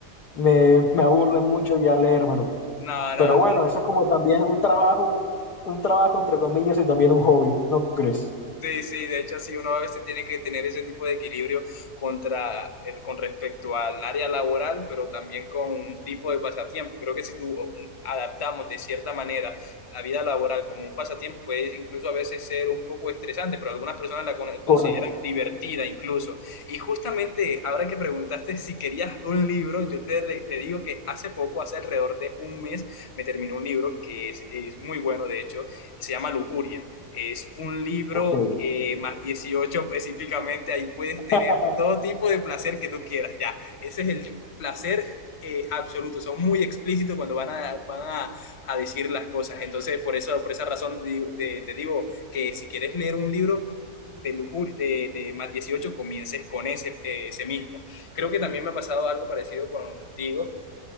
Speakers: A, on the left; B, on the left.
A: me, me aburre mucho ya leérmelo.
B: no,
A: Pero
B: no,
A: bueno, eso es como también un trabajo, un trabajo entre comillas y también un hobby, ¿no crees?
B: Sí, sí, de hecho sí, uno a veces tiene que tener ese tipo de equilibrio contra, eh, con respecto al área laboral, pero también con un tipo de pasatiempo. Creo que si tú o, un- adaptamos de cierta manera la vida laboral como un pasatiempo, puede incluso a veces ser un poco estresante, pero algunas personas la con- consideran
A: Correcto.
B: divertida incluso. Y justamente ahora que preguntaste si querías un libro, yo te, re- te digo que hace poco, hace alrededor de un mes, me terminó un libro que es, es muy bueno, de hecho, se llama Lujuria. Es un libro
A: Ok.
B: eh, más 18 específicamente, ahí puedes tener
A: <laughs>
B: todo tipo de placer que tú quieras, ya. Ese es el placer eh, absoluto, son muy explícitos cuando van a, van a, a decir las cosas. Entonces, por eso, por esa razón te, digo- te- te digo que si quieres leer un libro de lujuria, de, de más 18, comiences con ese, eh, ese mismo. Creo que también me ha pasado algo parecido contigo